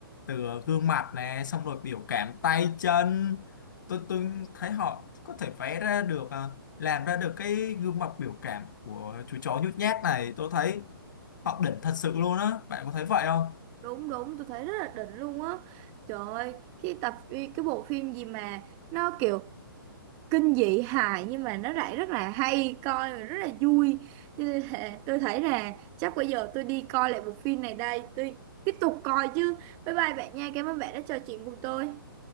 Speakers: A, on the left (about 55°); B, on the right (about 25°).
A: từ gương mặt nè xong rồi biểu cảm tay chân tôi tôi thấy họ có thể vẽ ra được à, làm ra được cái gương mặt biểu cảm của chú chó nhút nhát này tôi thấy họ đỉnh thật sự luôn á bạn có thấy vậy không
B: đúng đúng tôi thấy rất là đỉnh luôn á trời ơi cái tập phi- cái bộ phim gì mà nó kiểu kinh dị hài nhưng mà nó lại rất là hay coi và rất là vui Cho nên là tôi thấy là chắc bây giờ tôi đi coi lại bộ phim này đây tôi tiếp tục coi chứ bye bye bạn nha cảm ơn bạn đã trò chuyện cùng tôi